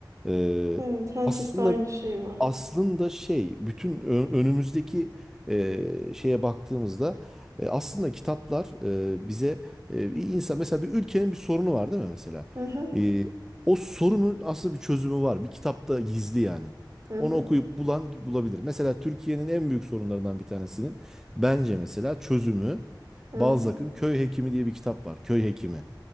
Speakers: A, in the centre; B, on the right (about 40°).
A: Ee,
B: Evet herkeste
A: aslında
B: aynı şey var.
A: aslında şey bütün ö- önümüzdeki e, şeye baktığımızda e, aslında kitaplar e, bize e, bir insan mesela bir ülkenin bir sorunu var değil mi mesela?
B: Hı hı,
A: E, o sorunun aslında bir çözümü var. Bir kitapta gizli yani.
B: hı hı,
A: Onu okuyup bulan bulabilir. Mesela Türkiye'nin en büyük sorunlarından bir tanesinin bence mesela çözümü
B: hı
A: Balzac'ın
B: hı.
A: Köy Hekimi diye bir kitap var. Köy Hekimi.